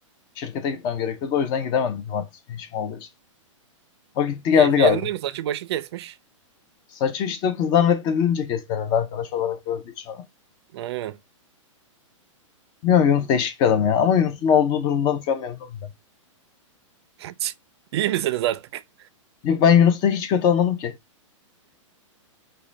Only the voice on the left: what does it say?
Şirkete gitmem gerekiyordu. O yüzden gidemedim cumartesi günü işim olduğu için. O gitti geldi
galiba.
Saçı işte kızdan reddedilince kesti herhalde arkadaş olarak gördüğü için onu.
Bilmiyorum Yunus değişik bir adam ya. Ama Yunus'un olduğu durumdan şu an memnunum ben.
Yok ben Yunus'ta hiç kötü olmadım ki.